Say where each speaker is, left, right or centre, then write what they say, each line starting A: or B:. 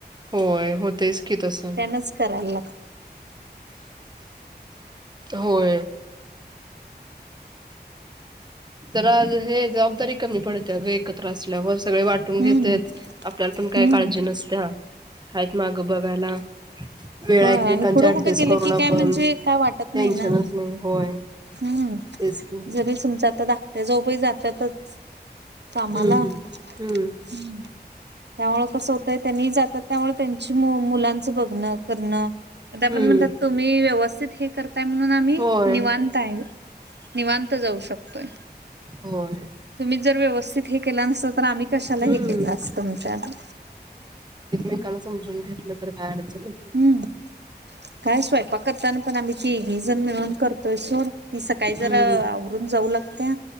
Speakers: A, on the right; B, on the right.
A: होय होतेच की तसं
B: करा ला
A: होय. तर आज हे जबाबदारी कमी पडते एकत्र असल्यावर सगळे वाटून
B: हम्म
A: घेतेत आपल्याला पण काही
B: हम्म
A: काळजी नसत्या आहेत मागं बघायला वेळा
B: हो
A: एकमेकांच्या
B: आणि पुढं
A: ऍडजस्ट
B: कुठे केलं
A: करून
B: की
A: आपण
B: काय म्हणजे काय वाटत नाही
A: टेन्शनच
B: ना
A: नाही. होय.
B: हम्म
A: तेच की. हम्म,
B: जरी समज आता ाकट्या जो जात कामाला
A: हम्म. हम्म,
B: त्यामु कस होत तर त्यांनी जातात त्यामुळे त्यांची मुलांचं बघणं करण आपण
A: हम्म.
B: म्हणतात तुम्ही व्यवस्थित हे करताय म्हणून आम्ही
A: होय
B: निवडताय निवांत जाऊ शकतोय
A: होर
B: तुम्ही जर व्यवस्थित हे केला नसत तर आम्ही कशाला
A: हम्म
B: हे केलं अस तमच्यात
A: एकाला समजून घेेतलं तर काय अडचं
B: हम्म काय स्वयपाक करताना पण आम्ही ती भीजण मिळून करतोय सोड ती सकाळी
A: हम्म
B: जरा आवरून जाऊ लागते